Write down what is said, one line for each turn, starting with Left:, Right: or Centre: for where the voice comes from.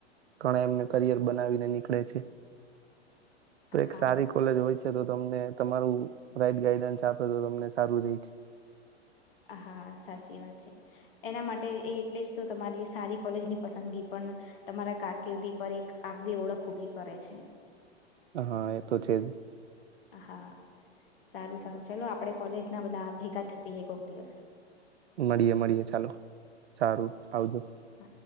Right: ઘણા એમને કરિયર બનાવીને નીકળે છે, તો એક
Left: હા
Right: સારી કોલેજ હોય છે, તો તમને તમારું રાઈટ ગાઈડન્સ આપે તો તમને સારું રે
Left: હા સાચી વાત છે. એના માટે એ એટલે જ તો તમારી સારી કોલેજની પસંદગી પણ તમારા કારકિર્દી પર એક આગવી ઓળખ ઉભી કરે છે.
Right: હા એ તો છે જ
Left: હા સારું સારું ચાલો આપડે કોલેજના બધા ભેગા થઈએ કોક દિવસ
Right: મળીએે મળીએે ચાલો સારું આવજો
Left: હા